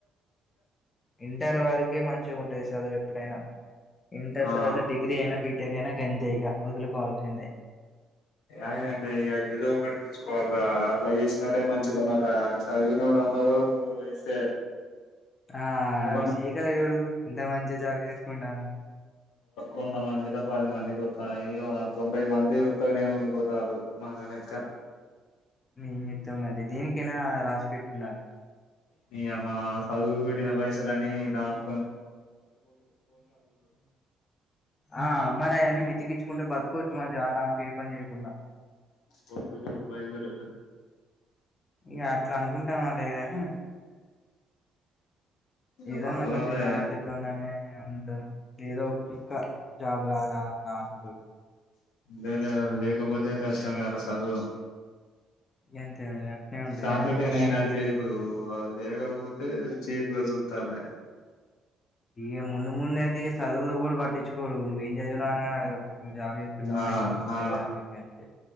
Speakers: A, on the left; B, on the left.
A: ఇంటర్ వారికే మంచిగా ఉంటది చదువు ఎప్పుడైనా ఇంటర్
B: ఆ
A: తర్వాత డిగ్రీ అయినా బీటెక్ అయినా గంతే ఇగ వదులుకోవాల్సిందే
B: ఐనా ఇంక ఇగ ఏదోకటి తీసుకోవాలి రా అట్లా చేసినోడే మంచిగున్నాడు రా సదివినోడు అందరు వేస్టే
A: ఆ
B: ఎవ్వను
A: శేఖర్ చూడు ఎంత మంచిగా జాబ్ చేసుకుంటాడు
B: వంద మందిలో పది మందికి వత్తన్నై తొంభై మంది ఉత్తగనే ఉండిపోతాన్నారు మన న లెక్క
A: ఏం చేత్తం అది దేనికైనా రాసి పెట్టుండాలి
B: నీ యమ్మ చదువు పెట్టిన పైసలన్ని దాచుకో
A: ఆ మరి అయ్యన్ని మితికిచ్చుకుంటే బతుకోవచ్చు మంచిగా గా ఏం పని చేయకుండా
B: కొట్టు కొట్టు ఒక ఐదు వేలు
A: ఇగ అట్లా అనుకుంటాం లేే గానీ
B: ఇగ
A: ఏదన్న
B: చదవాలే
A: ఒక చిన్న ఆశా తో ఉన్నానే ఉంటాం ఏదో పక్క జాబ్ రాదా అన్న ఆశతోటి
B: లే లే అవి లేకపోతే కష్టం గదరా చదువు
A: గంతే మరి అట్నే ఉంటది
B: దాంతోటే
A: మరి
B: నే నడిసేది ఇప్పుడు అవి లేకపోతే చీప్గా చూత్తాలు
A: ఇగ ముందు ముందు అయితే ఈ సదువు నెవడు పట్టిించుకోడు నువ్వు ఏం చదివినావు అని గాని అడగడు నువ్వు జాబ్ చేత్తన్నావా
B: ఆ
A: ఎంత అవుతున్నాయి
B: ఆ
A: శాలరీ గంతే